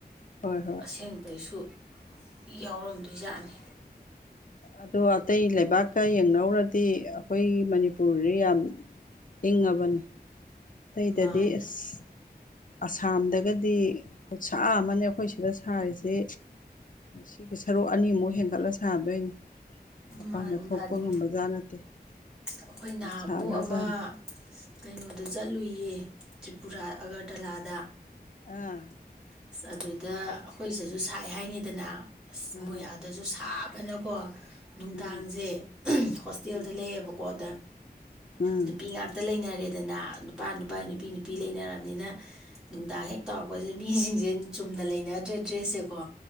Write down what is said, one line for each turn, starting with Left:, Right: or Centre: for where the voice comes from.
Left: ꯍꯣꯏ ꯍꯣꯏ
Centre: ꯑꯁꯦꯡꯕꯩꯁꯨ ꯌꯥꯎꯔꯝꯗꯣꯏꯖꯠꯅꯤ
Left: ꯑꯗꯣ ꯑꯇꯩ ꯂꯩꯕꯥꯛꯀ ꯌꯦꯡꯅꯕ ꯍꯧꯔꯗꯤ ꯑꯩꯈꯣꯏ ꯃꯅꯤꯄꯨꯔꯁ ꯌꯥꯝ ꯏꯪꯉꯕꯅꯤ ꯇꯩꯗꯗꯤ
Centre: ꯃꯥꯅꯤ
Left: ꯑꯁ ꯑꯁꯥꯝꯗꯒꯗꯤ ꯈꯨꯠꯁꯥ ꯑꯃꯅꯦ ꯑꯩꯈꯣꯏ ꯁꯤꯗ ꯁꯥꯔꯤꯁꯤ ꯁꯤꯒꯤ ꯁꯔꯨꯛ ꯑꯅꯤꯃꯨꯛ ꯍꯦꯟꯒꯠꯂ ꯁꯥꯗꯣꯏꯅꯤ ꯃꯄꯥꯟꯗ
Centre: ꯃꯥꯅꯤ
Left: ꯊꯣꯛꯄ
Centre: ꯃꯥꯅꯤ
Left: ꯉꯝꯕꯖꯥꯠ ꯅꯠꯇꯦ
Centre: ꯑꯩꯈꯣꯏ ꯅꯍꯥꯟꯃꯨꯛ
Left: ꯌꯥꯝ ꯁꯥꯈ꯭ꯔꯖꯥꯠꯅꯤ
Centre: ꯑꯃ ꯀꯩꯅꯣꯗ ꯆꯠꯂꯨꯏꯌꯦ ꯇ꯭ꯔꯤꯄꯨꯔꯥ ꯑꯒꯔꯇꯂꯥꯗ
Left: ꯑꯥ
Centre: ꯑꯁ ꯑꯗꯨꯗ ꯑꯩꯈꯣꯏꯁꯤꯁꯨ ꯁꯥꯏ ꯍꯥꯏꯅꯤꯗꯅ ꯑꯁ
Left: ꯑꯥ
Centre: ꯃꯣꯏ ꯑꯥꯗꯁꯨ ꯑꯅꯀꯣ ꯅꯨꯡꯗꯥꯡꯁꯦ
Left: ꯑꯥ
Centre: ꯍꯣꯁꯇꯦꯜꯗ
Left: ꯎꯝ
Centre: ꯂꯩꯛꯑꯦꯕꯀꯣ ꯑꯗ
Left: ꯑꯥ
Centre: ꯅꯨꯄꯤ ꯉꯥꯛꯇ ꯂꯩꯅꯔꯦꯗꯅ ꯅꯨꯄꯥ ꯅꯨꯄꯥ
Left: ꯑꯥ
Centre: ꯅꯨꯄꯤ ꯅꯨꯄꯤ ꯂꯩꯅꯔꯕ ꯕꯅꯤꯅ ꯅꯨꯡꯗꯥꯡ ꯍꯦꯛ ꯇꯧꯔꯛꯄꯁꯦ ꯃꯤꯁꯤꯡꯁꯦ ꯆꯨꯝꯅ ꯂꯩꯅꯗ꯭ꯔꯦ ꯗ꯭ꯔꯦꯁ ꯁꯦꯀꯣ